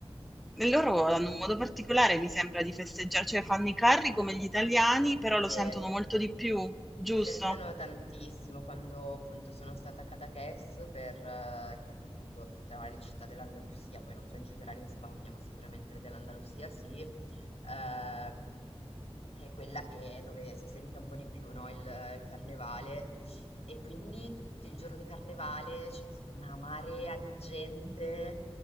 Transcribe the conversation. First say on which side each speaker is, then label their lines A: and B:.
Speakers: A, in the centre; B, on the left.
A: E loro hanno un modo particolare, mi sembra, di festeggiare, cioè fanno i carri come gli italiani, però
B: Sì,
A: lo sentono molto di più, giusto?
B: lo sentono tantissimo quando appunto sono stata a Cadaqués per, eh, che appunto tra le città dell'Andalusia, poi non so in generale in Spagna, ma sicuramente dell'Andalusia sì, ehm, è quella che, dove si sente un po' di più, no? Il, il carnevale. E quindi tutto il giorno di carnevale c'è una marea di gente